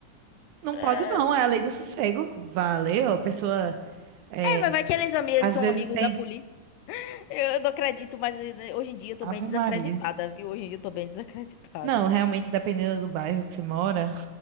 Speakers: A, on the right (about 75°); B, on the left (about 90°).
A: não
B: É,
A: pode não, é a lei do sossego. Valeu, a pessoa. É,
B: é, mas vai que eles, ami- eles
A: às
B: são
A: vezes
B: amigos
A: tem.
B: da polícia. Eu não acredito, mas eh, hoje em dia eu tô
A: Ave
B: bem desacreditada,
A: Maria.
B: viu? Hoje em dia eu tô bem desacreditada.
A: Não, realmente, dependendo do bairro que você mora,